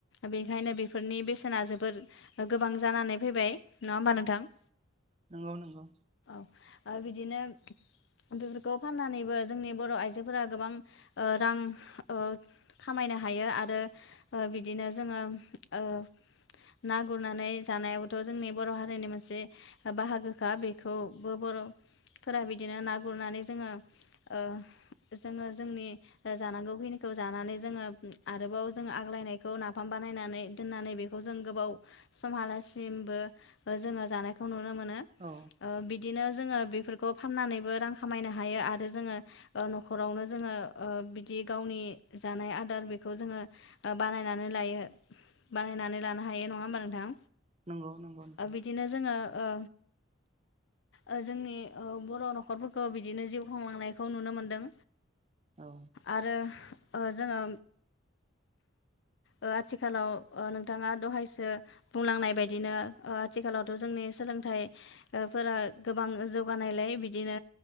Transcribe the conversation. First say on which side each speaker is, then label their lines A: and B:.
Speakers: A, on the left; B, on the right.
A: बेखायनो बेफोरनि बेसेना जोबोर गोबां जानानै फैबाय नङा होमबा नोंथां
B: नंगौ नंगौ
A: आ बिदिनो बेफोरखौ फाननानैबो जोंनि बर' आइजोफोरा गोबां ओ रां ओ खामायनो हायो आरो बिद दिनो जोङो ओ ना गुरनानै जानायावथ' जोंनि बर' हारिनि मोनसे बाहागोखा बेखौबो बर'फोरा बिदिनो ना गुरनानै जोङो ओ जोङो जोंनि जानांगौ खिनिखौ जानानै जोङो आरोबाव जोङो आग्लायनाय खौ नाफाम बानायनानै दोननानै बेखौ जों गोबाव समहालासिमबो जोङो जानायखौ नुन नुनो मोनो
B: औ
A: ओ बिदिनो जोङो बेफोर खौ फाननानैबो रां खामायनो हायो आरो जोङो ओ न'खरावनो जोङो ओ बिदि गावनि जानाय आदार बेखौ जोङो ओ बानायनानै लायो बानायनानै लानो हायो नङा होमबा नोंथां
B: नंगौ नंगौ नोंथां
A: ओ बिदिनो जोङो ओ ओ जोंनि ओ बर' न'खरफोरखो बिदिनो जिउ खुंलांनायखौ नुनो मोनदों
B: औ
A: आरो ओ जोङो ओ आथिखालाव नोंथाङा दहायसो बुंलांनाय बायदिनो ओ आथिखालावथ' जोंनि सोलोंथाइ ओ फोरा गोबां ओ जौगानायलाय बिदिनो